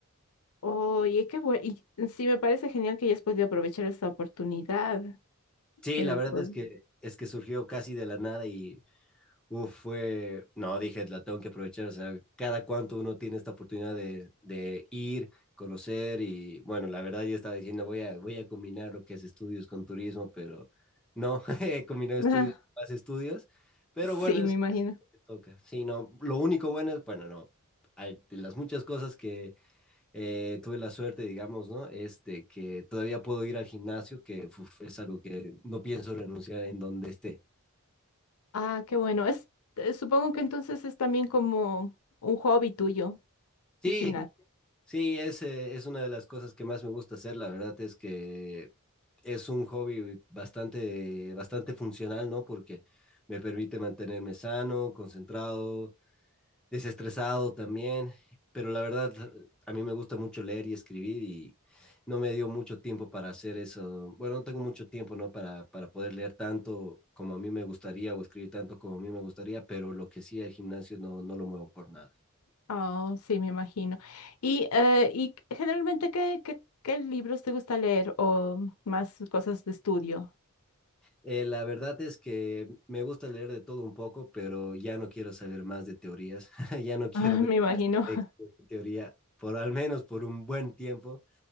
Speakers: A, on the left; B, in the centre.
A: Oye, qué bueno. Y sí, me parece genial que hayas podido aprovechar esta oportunidad.
B: Sí,
A: eh,
B: la verdad
A: por...
B: es que, es que surgió casi de la nada y, Uf, fue, no, dije, la tengo que aprovechar, o sea, cada cuánto uno tiene esta oportunidad de, de ir, conocer y bueno, la verdad yo estaba diciendo, voy a, voy a combinar lo que es estudios con turismo, pero no, <laughs> he combinado
A: <laughs>
B: estudios
A: Ah,
B: con más estudios, pero bueno,
A: sí,
B: es,
A: me imagino.
B: es lo que toca. Sí, no, lo único bueno es, bueno, no, hay, de las muchas cosas que eh, tuve la suerte, digamos, ¿no? Es de que todavía puedo ir al gimnasio, que uf, es algo que no pienso renunciar en donde esté.
A: Ah, qué bueno. Es, eh, supongo que entonces es también como un hobby tuyo,
B: Sí,
A: el gimnasio.
B: Sí, es, eh, es una de las cosas que más me gusta hacer, la verdad es que es un hobby bastante, bastante funcional, ¿no? Porque me permite mantenerme sano, concentrado, desestresado también, pero la verdad a mí me gusta mucho leer y escribir y no me dio mucho tiempo para hacer eso. Bueno, no tengo mucho tiempo, ¿no? Para, para poder leer tanto como a mí me gustaría o escribir tanto como a mí me gustaría, pero lo que sí el gimnasio no, no lo muevo por nada.
A: Oh, sí, me imagino. Y, eh, y generalmente, ¿qué, qué, qué libros te gusta leer o más cosas de estudio? <laughs>
B: Eh, la verdad es que me gusta leer de todo un poco, pero ya no quiero saber más de teorías, <laughs> ya no quiero
A: Ah,
B: ver
A: me imagino. <laughs>
B: textos de teoría, por al menos por un buen tiempo.